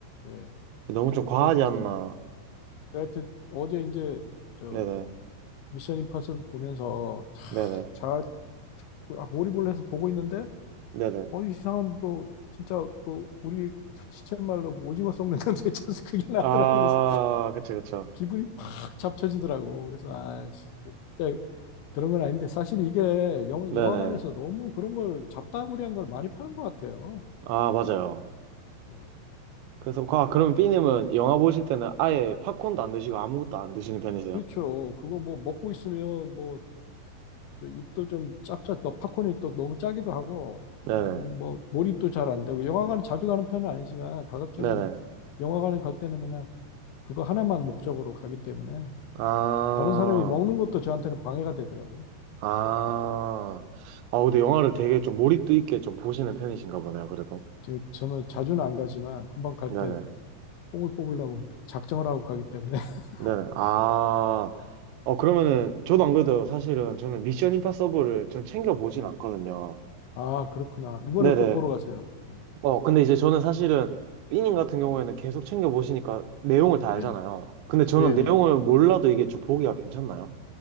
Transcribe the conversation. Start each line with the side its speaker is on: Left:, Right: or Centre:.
Left: 예.
Right: 너무 좀 과하지
Left: 아니 그
Right: 않나.
Left: 내가 그 어제 이제 저
Right: 네네,
Left: 미션 임파서블 보면서
Right: 네네,
Left: 잘 그, 아, 몰입을 해서 보고 있는데,
Right: 네네.
Left: 어, 이상한 거, 진짜 그, 우리 시쳇말로 그 오징어 썩는 <laughs> 냄새 있잖아요. 그게 나더라고.
Right: 아,
Left: 그래서
Right: 그쵸, 그쵸.
Left: 기분이 팍 잡쳐지더라고. 그래서, 아, 씨, 그 진짜 그런 건 아닌데, 사실 이게 영,
Right: 네네.
Left: 영화관에서 너무 그런 걸 잡다구리한 걸 많이 파는 것 같아요.
Right: 아, 맞아요.
Left: 예.
Right: 그래서, 아, 그럼 삐님은 영화 보실 때는 아예 팝콘도 안 드시고 아무것도 안 드시는 편이세요?
Left: 그렇죠. 그거 뭐 먹고 있으면 뭐, 저 입도 좀 짭짭, 또 팝콘이 또 너무 짜기도 하고,
Right: 네네,
Left: 그래가 뭐, 몰입도 잘 안 되고, 영화관 자주 가는 편은 아니지만, 가급적이면
Right: 네네.
Left: 영화관에 갈 때는 그냥 그거 하나만 목적으로 가기 때문에
Right: 아,
Left: 다른 사람이 먹는 것도 저한테는 방해가 되더라고요.
Right: 아. 아, 근데 영화를 되게 좀 몰입도 있게 좀 보시는 편이신가 보네요, 그래도.
Left: 즉, 저는 자주는 안 가지만 한번 갈
Right: 네네,
Left: 때 뽕을 뽑으려고 작정을 하고 가기 때문에. <laughs>
Right: 네네. 아. 어, 그러면은, 저도 안 그래도 사실은 저는 미션 임파서블을 전 챙겨보진
Left: 예.
Right: 않거든요.
Left: 아, 그렇구나. 이번에
Right: 네네.
Left: 꼭 보러 가세요. 예.
Right: 어, 근데 이제 저는 사실은 삐님
Left: 음.
Right: 같은 경우에는 계속 챙겨보시니까 내용을 다 알잖아요.
Left: 예.
Right: 근데 저는
Left: 네, 네.
Right: 내용을 몰라도 이게 좀 보기가 괜찮나요?